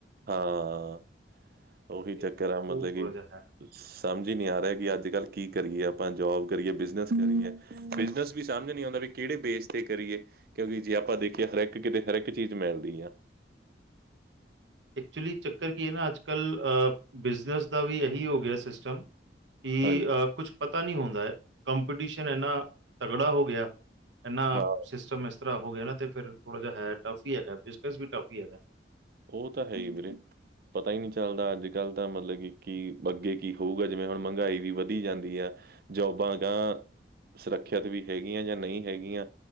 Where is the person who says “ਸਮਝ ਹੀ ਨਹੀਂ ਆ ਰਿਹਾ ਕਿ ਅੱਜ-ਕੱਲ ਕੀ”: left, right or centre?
Right